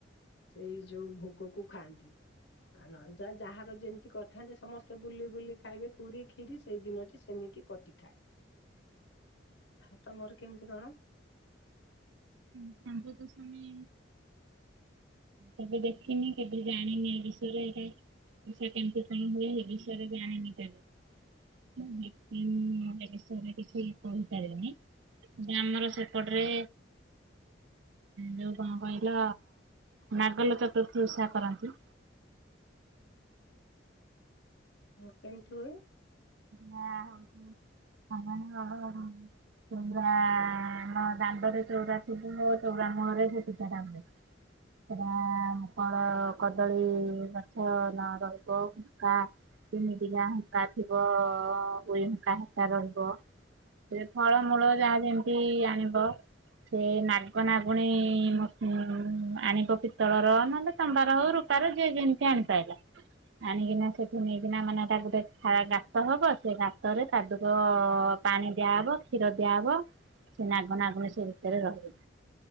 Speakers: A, on the left (about 65°); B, on the right (about 70°).
A: ସେଇ ଯୋଉ ଭୋଗକୁ ଖାଆନ୍ତି। ନ ହେଲେ ଯା ଯାହାର ଯେମିତି କରିଥାନ୍ତି ସମସ୍ତେ ବୁଲି ବୁଲି ଖାଇବେ ପୁରୀ କ୍ଷୀରି ସେଇ ଦିନଟି ସେମିତି କଟିଥାଏ ଆଉ ତମର କେମିତି କଣ?
B: ଶାମ୍ବଦଶମୀ। କେବେ ଦେଖିନି କେବେ ଜାଣିନି ଏ ବିଷୟରେ ଏ ଓଷାଟା କେମତି କଣ ହୁଏ ସେ ବିଷୟରେ ଜାଣିନି କେବେ। <unintelligible> ଏ ବିଷୟରେ କିଛି କହିପାରିବିନି କିନ୍ତୁ ଆମର ସେପଟେ ରେ। ଯୋଉ କଣ କହିଲ ନାଗଲ ଚତୁର୍ଥୀ ଓଷା କରନ୍ତି।
A: ହ କେମିତି ହୁଏ?
B: ନାଁ ହଉଛି। <unintelligible> ଚଉରା ମୋ ଦାଣ୍ଡରେ ଚଉରା ଥିବ ମୋ ଚଉରା ମୁଳରେ ସେ ପିଠାଟା ହୁଏ।
A: ହ
B: ସେଟା କଣ କଦଳୀ ଗଛ ନ ରହିବ ହୁଙ୍କା। ତିନି ଦିଲା ହୁଙ୍କା ଥିବ ଉଇ ହଙ୍କା ହେସା ରହିବ। ଏ ଫଳମୂଳ ଯାହା ଯେମିତି ଆଣିବ। ସେ ନାଗ ନାଗୁଣୀ ମୂର୍ ଆଣିବ ପିତ୍ତଳର ନହେଲେ ତମ୍ବାର ହଉ ରୁପାର ହଉ ଯିଏ ଯେମିତି ଆଣିପାରିଲା। ଆଣିକିନା ସେଠୁ ନେଇକିନା ମାନେ ତା ଗୋଟେ। <unintelligible> ତମ ବର୍ଷ ସାତରେ ପାଦୁକ ପାଣି ଦିଆହବ କ୍ଷୀର ଦିଆହବ। ସିଏ ନାଗନାଗୁଣି ସେ ଭିତରେ ରହିବେ।